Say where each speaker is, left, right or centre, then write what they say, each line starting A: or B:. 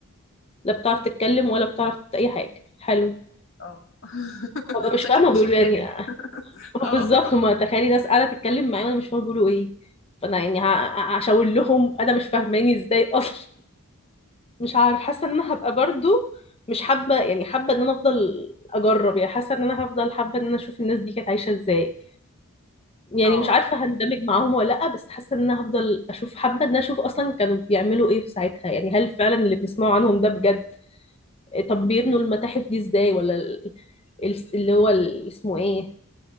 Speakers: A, on the left; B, on the left.
A: لا بتعرف تتكلم ولا بتعرف اي حاجه حلو
B: اه <laughs>
A: هبقى مش
B: شكلك
A: فاهمه بيقولوا
B: مش الكاهن
A: يعني آه
B: اه
A: بالظبط هما تخيلي ناس قاعده تتكلم معايا وانا مش فاهمه بيقولوا ايه فانا يعني ه- هشاور لهم انا مش فاهماني ازاي اصلا مش عارف حاسه ان انا هبقى برضو مش حابه يعني حابه ان انا افضل اجرب يعني حاسه ان انا هفضل حابه ان انا اشوف الناس دي كانت عايشه ازاي يعني
B: اه
A: مش عارفه
B: فاهمك
A: هندمج معاهم ولا لا بس حاسه ان انا هفضل اشوف حابه ان انا اشوف اصلا كانوا بيعملوا ايه في ساعتها يعني هل فعلا اللي بنسمعه عنهم ده بجد طب بيبنوا المتاحف دي ازاي ولا ال- ال- اللي هو ال- اسمه ايه